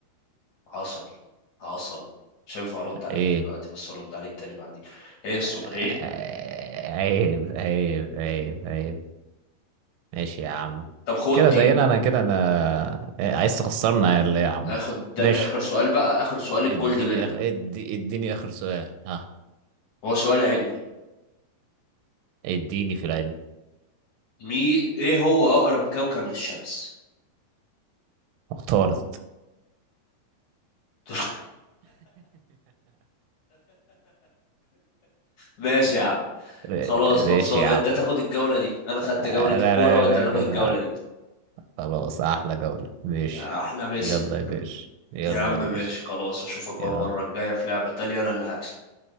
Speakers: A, on the left; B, on the right.
A: عسل عسل مش هينفع ارد عليك
B: ايه
A: دلوقتي بس ارد عليك تاني بعدين هي الصومالية
B: آه، عيب عيب عيب عيب ماشي يا عم
A: طب خد
B: كده
A: دي
B: تقريبا انا كده انا إيه، عايز تخسرنا يا اللي يا عم
A: اخد ده
B: ماشي
A: اخر سؤال بقى اخر سؤال الجولد
B: اديني
A: منه
B: أخ... ادي... اديني اخر سؤال ها
A: هو سؤال علمي
B: اديني في العلم
A: مين ايه هو اقرب كوكب للشمس
B: اختارت
A: <laughs> ماشي يا عم
B: <laughs>
A: خلاص خلصان
B: ماشي يا
A: انت
B: عم
A: تاخد الجولة دي انا خدت
B: آه،
A: جولة
B: لا
A: الكورة
B: لا
A: وانت
B: لا
A: تاخد
B: كده
A: الجولة دي
B: خلاص احلى جولة ماشي
A: احلى مسا
B: يلا يا باشا يلا
A: يا عم
B: يا
A: ماشي
B: باشا
A: خلاص اشوفك بقى
B: يلا
A: المرة الجاية في لعبة تانية انا اللي هكسب